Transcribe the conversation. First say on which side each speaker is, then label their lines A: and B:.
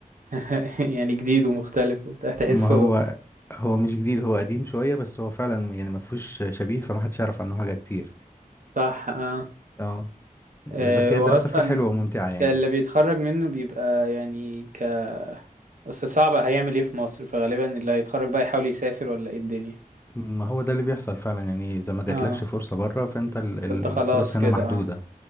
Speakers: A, on the right (about 60°); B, on the left (about 15°).
A: <laughs> يعني جديد ومختلف وبتاع، تحسه
B: ما هو هو مش جديد هو قديم شوية بس هو فعلا يعني ما فيهوش شبيه فما حدش يعرف عنه حاجة كتير
A: صح اه
B: اه
A: آه،
B: بس هي
A: واصلا
B: الدراسة فيه حلوة وممتعة يعني
A: اللي بيتخرج منه بيبقى يعني ك اصل صعب هيعمل ايه في مصر فغالبا اللي هيتخرج بقى يحاول يسافر ولا ايه الدنيا
B: ما هو ده اللي بيحصل فعلا يعني إذا ما جاتلكش
A: اه
B: فرصة بره فأنت ال-
A: فانت
B: الفرص
A: خلاص كده
B: هنا محدودة
A: اه